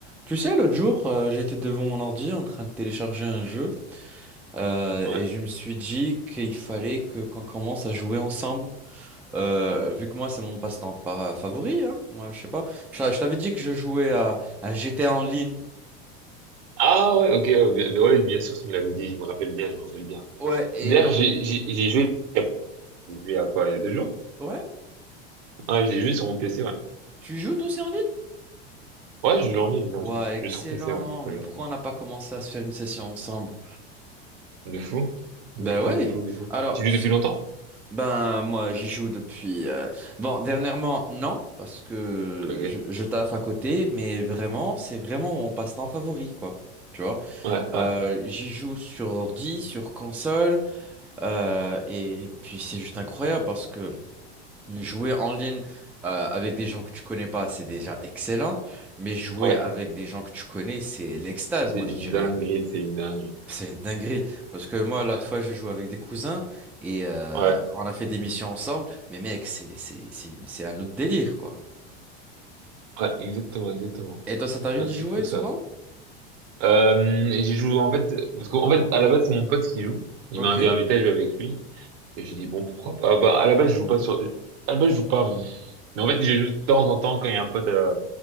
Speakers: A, in the centre; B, on the right (about 60°).
A: Tu sais, l'autre jour, euh, j'étais devant mon ordi en train de télécharger un jeu euh,
B: Ouais.
A: et je me suis dit qu'il fallait que qu'on commence à jouer ensemble. Euh, vu que moi, c'est mon passe-temps pas favori, hein, moi, je sais pas. Je, je t'avais dit que je jouais à, à GTA en ligne.
B: Ah ouais, ok, ouais, bien, ouais, bien sûr, tu me l'avais dit, je me rappelle bien, je me rappelle bien.
A: Ouais, et
B: D'ailleurs,
A: donc,
B: j'ai j'ai- j'ai joué, il y a j'ai joué à quoi, il y a deux jours?
A: ouais,
B: Ouais, j'ai joué sur mon PC, ouais.
A: tu joues toi aussi en ligne?
B: Ouais, je joue en ligne, je joue
A: Ouais,
B: en ligne.
A: excellent.
B: Je joue sur PC, ouais.
A: Mais
B: je joue
A: pourquoi
B: en ligne.
A: on n'a pas commencé à se faire une session ensemble?
B: De fou, de
A: Ben
B: fou,
A: ouais.
B: de fou, de fou.
A: Alors,
B: Tu
A: tu,
B: joues depuis longtemps?
A: Ben, moi, j'y joue depuis. euh, Bon, dernièrement, non, parce que
B: Ok.
A: je, je taffe à côté, mais vraiment, c'est vraiment mon passe-temps favori, quoi. Tu vois,
B: Ouais, ouais,
A: Euh, j'y joue sur ordi, sur console, euh, et puis c'est juste incroyable parce que jouer en ligne euh, avec des gens que tu connais pas, c'est déjà excellent, mais jouer
B: ouais.
A: avec des gens que tu connais, c'est l'extase,
B: C'est
A: moi,
B: une
A: je dirais.
B: dinguerie, c'est une dinguerie.
A: C'est une dinguerie. Parce que moi, l'autre
B: Euh,
A: fois, je joué avec des cousins et euh,
B: Ouais,
A: on a fait des missions ensemble. Mais mec, c'est c'est- c'est une- c'est un autre délire, quoi.
B: ouais, exactement, exactement.
A: Et toi, ça t'arrive
B: Ah,
A: d'y
B: c'est
A: jouer
B: fou
A: souvent?
B: ça. Euh, et j'ai joué en fait, parce qu'en fait, à la base, c'est mon pote qui joue. Il
A: Ok,
B: m'a invité à jouer avec lui. Et j'ai dit, bon, pourquoi pas. Ah, bah, à la base, je joue pas sur... À la base, je joue pas. Mais en fait, j'ai joué de temps en temps quand il y a un pote euh,